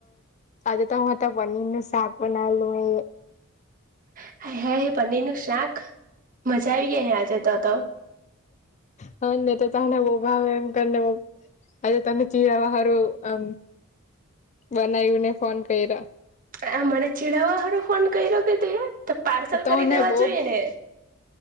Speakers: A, on the left (about 35°); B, on the right (about 40°).
A: અજ તો માત પનીર ન સાક બનાાલું મે
B: આજે હે પનીર નું શાક મજા આવી ગયા હે આજે તો તો
A: હ તો તને બહુ ભાવે એમ કરીને બ અે તમે ચીરાવ હારું હમ બનાવ્યુંને ફોન કર્યા
B: આ મને ચીડાવવા હળો ફોન કરી્યો કે તું તો પાર્સલ
A: તને
B: કરી દેવા
A: બહુ
B: જોઈએ ને